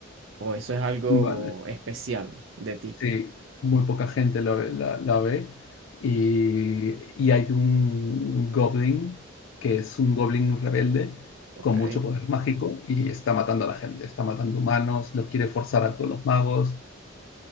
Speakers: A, on the right; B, on the left.
A: O eso es algo
B: Vale.
A: especial de ti.
B: Sí, muy poca gente lo ve- la, la ve. Y, y hay un goblin que es un goblin rebelde
A: Ok,
B: con mucho poder mágico y está matando a la gente, está matando humanos, los quiere forzar a todos los magos